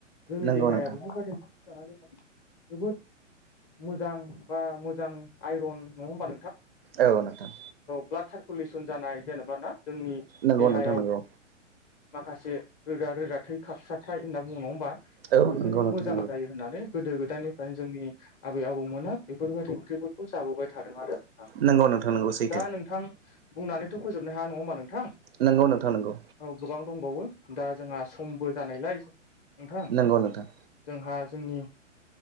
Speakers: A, on the left; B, on the right.
A: जोंनि
B: नंगौ
A: देहाया
B: नोंथां
A: बेफोर बादि जोबोद मोजां बा मोजां आइरन नङा होनबा
B: औ नोंथां
A: ब्लाड सारकुलेसन जानाय जेनेबा ना जोंनि
B: नंगौ
A: देहायाव
B: नोंथां नंगौ
A: माखासे रोदा रोदा थै खारसाथाय होनना बुंङो नङा होमबा बेफोरो
B: औ नंगौ
A: माने
B: नोंथां
A: मोजां
B: नंगौ
A: जायो होननानै गोदो गोदायनिफ्रायनो जोंनि आबै आबौ मोना बेफोरबायदि ओंख्रिफोरखौ जाबोबाय थादों आरो नोंथां
B: नंगौ नोंथां नंगौ सैथो
A: दा नोंथां बुंनानैथ' फोजोबनो हाया नङा होमबा नोंथां
B: नंगौ नोंथां नोंगौ
A: औ गोबां दंबावो दा जोंहा समबो जानायलाय नोंथां
B: नंगौ नोंथां
A: जोंहा जोंनि